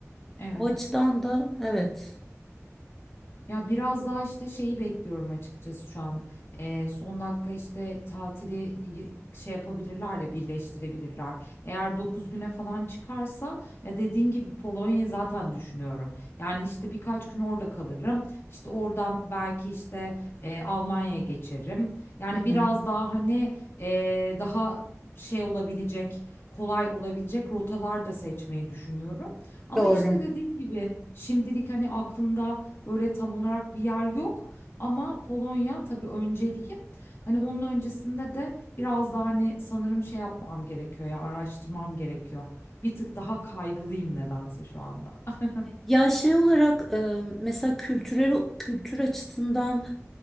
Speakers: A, on the left; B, in the centre.
A: Evet.
B: O açıdan da evet.
A: Ya biraz daha işte şeyi bekliyorum açıkçası şu an. Eee, son dakika işte tatili y- şey yapabilirler ya birleştirebilirler. Eğer 9 güne falan çıkarsa ya dediğin gibi Polonya'yı zaten düşünüyorum. Yani işte birkaç gün orada kalırım. İşte oradan belki işte eee, Almanya'ya geçerim. Yani
B: Hı hı.
A: biraz daha hani eee, daha şey olabilecek, kolay olabilecek rotalar da seçmeyi düşünüyorum. Ama
B: Doğru.
A: işte dediğim gibi şimdilik hani aklımda Böyle tam olarak bir yer yok ama Polonya tabii önceliğim. Hani onun öncesinde de biraz daha hani sanırım şey yapmam gerekiyor ya araştırmam gerekiyor. Bir tık daha kaygılıyım nedense şu anda. <laughs>
B: Ya şey olarak e, mesela kültürel kültür açısından